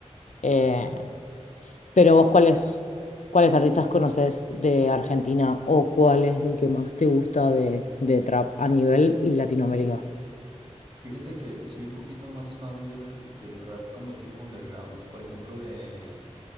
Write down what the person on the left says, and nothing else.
Eh, pero vos, ¿cuáles, cuáles artistas conoces de Argentina o cuál es el que más te gusta de, de trap a nivel Latinoamérica?